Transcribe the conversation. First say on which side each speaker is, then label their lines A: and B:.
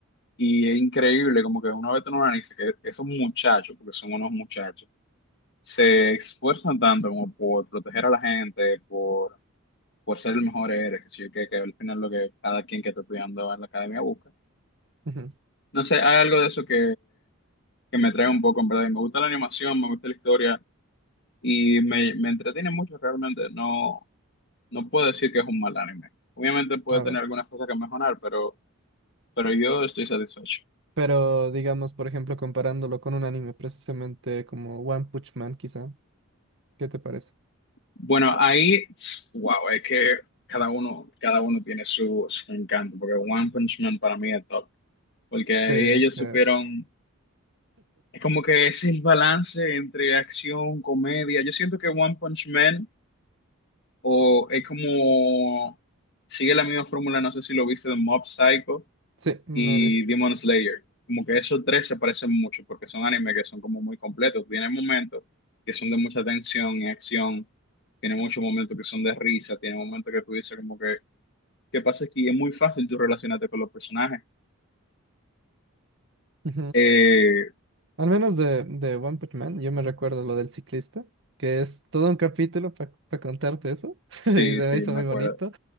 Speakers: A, on the left; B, on the right.
A: y es increíble como que uno ve en un anime que esos muchachos, porque son unos muchachos, se esfuerzan tanto como por proteger a la gente, por por ser el mejor eres, que, sí que que al final lo que cada quien que está estudiando en la academia busca.
B: ujú.
A: No sé, hay algo de eso que, que me trae un poco, en verdad. Y me gusta la animación, me gusta la historia y me, me entretiene mucho realmente. No, no puedo decir que es un mal anime. Obviamente puede
B: A ver,
A: tener algunas cosas que mejorar, pero, pero yo estoy satisfecho.
B: pero digamos, por ejemplo, comparándolo con un anime, precisamente como One Punch Man, quizá, ¿qué te parece?
A: Bueno, ahí, tss, wow, es que cada uno, cada uno tiene su, su encanto, porque One Punch Man para mí es top, porque ahí
B: Sí, es
A: ellos
B: que-
A: supieron Es como que es el balance entre acción, comedia. Yo siento que One Punch Man o es como sigue la misma fórmula, no sé si lo viste de Mob Psycho
B: sí, me
A: y
B: vi,
A: Demon Slayer. Como que esos tres se parecen mucho porque son animes que son como muy completos. Tienen momentos que son de mucha tensión y acción. Tienen muchos momentos que son de risa. Tienen momentos que tú dices como que, ¿qué pasa aquí? Es muy fácil tú relacionarte con los personajes.
B: sí.
A: Eh,
B: Al menos de, de One Punch Man, yo me recuerdo lo del ciclista, que es todo un capítulo para contarte eso, <laughs>
A: sí,
B: y se me
A: sí,
B: hizo
A: me
B: muy
A: acuerdo.
B: bonito.